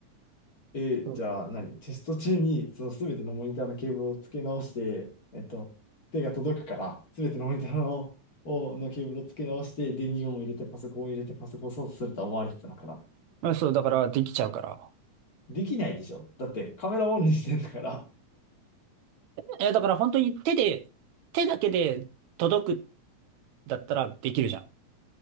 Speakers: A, on the left; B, on the right.
A: えーじゃあ何テスト中に、
B: そう、
A: その全てのモニターのケーブルを付け直して、えっと、手が届くから、全てのモニターの、をのケーブルを付け直して、電源を入れて、パソコンを入れて、パソコンを操作すると思われてたのかな
B: うんそう、だからできちゃうから。
A: できないでしょ。だってカメラオンにしてんだから。
B: え、だから本当に手で、手だけで届くだったらできるじゃん。